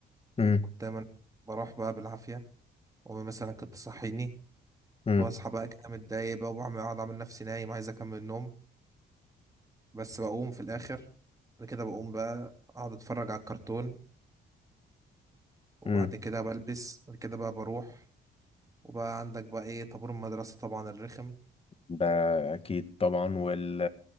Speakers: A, on the left (about 30°); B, on the right (about 15°).
A: امم
B: كنت دايما بروح بقى بالعافيه وامي مثلا كانت تصحيني
A: امم
B: واصحى بقى كده متضايق بقى وبعمل اقعد اعمل نفسي نايم عايز اكمل النوم بس بقوم في الاخر بعد كده بقوم بقى اقعد اتفرج على الكرتون وبعد
A: امم
B: كده بلبس بعد كده بقى بروح وبقى عندك بقى ايه طابور المدرسه طبعا الرخم
A: ده اكيد طبعا وال